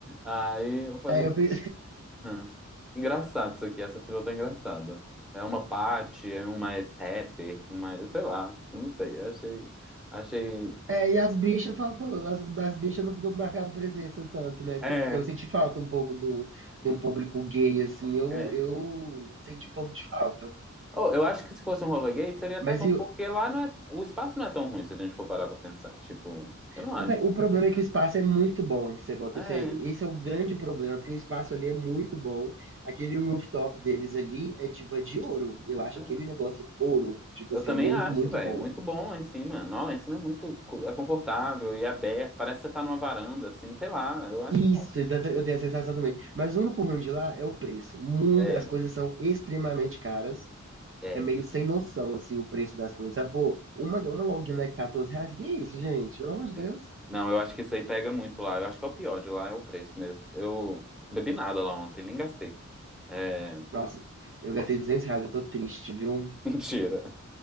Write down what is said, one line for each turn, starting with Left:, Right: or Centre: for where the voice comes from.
Centre: Aí eu falei,
Right: Aí eu, pe-
Centre: "Hum, engraçado isso aqui, essa fila tá engraçada. É uma Paty, é um mais hater, um mais, sei lá, não sei, achei, achei,
Right: É, e as bichas faltou, as, das bichas eu não tô marcando presença tanto, né? Porque
Centre: é,
Right: eu, fiquei- eu senti falta um pouco do, de
Centre: hum,
Right: um público gay, assim, eu,
Centre: é.
Right: eu senti um pouco de falta.
Centre: Oh, eu acho que se fosse um rolê gay seria até
Right: Mas
Centre: bom,
Right: e
Centre: porque
Right: o
Centre: lá não é, o espaço não é tão ruim se a gente for parar pra pensar, tipo, eu não
Right: ô,
Centre: acho.
Right: véi, o problema é que o espaço é muito bom, você bota
Centre: É,
Right: fé. Esse é o grande problema, porque o espaço ali é muito bom. Aquele rooftop deles ali é tipo é de ouro. Eu acho
Centre: é.
Right: aquele negócio ouro. Tipo
Centre: eu
Right: assim,
Centre: também
Right: é muito,
Centre: acho,
Right: muito
Centre: velho.
Right: bom.
Centre: Muito bom lá em cima. Não, lá em cima é muito co- é confortável e aberto. Parece que você tá numa varanda, assim, sei lá. Eu acho
Right: Isso,
Centre: bom.
Right: eu tenho eu tenho a sensação também. Mas o único ruim de lá é o preço. Muito,
Centre: É,
Right: as coisas são extremamente caras.
Centre: é,
Right: é meio
Centre: isso.
Right: sem noção, assim, o preço das coisas. Sabe, pô, uma, uma long neck, 14 reais. Que isso, gente? Pelo amor de
Centre: é.
Right: Deus.
Centre: Não, eu acho que isso aí pega muito lá. Eu acho que é o pior de lá, é o preço mesmo. Eu bebi nada lá ontem, nem gastei. É, <laughs>
Right: Nossa, eu gastei 200 reais, eu tô triste, viu?
Centre: mentira.